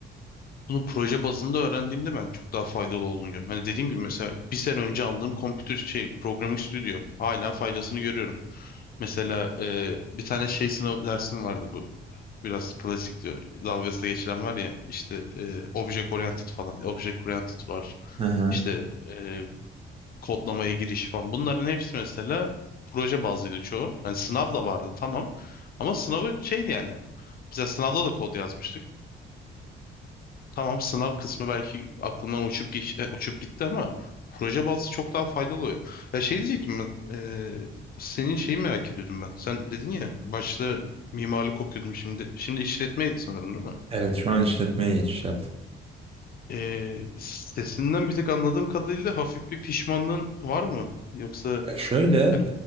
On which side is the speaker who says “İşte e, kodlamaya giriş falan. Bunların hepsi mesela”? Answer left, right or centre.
Left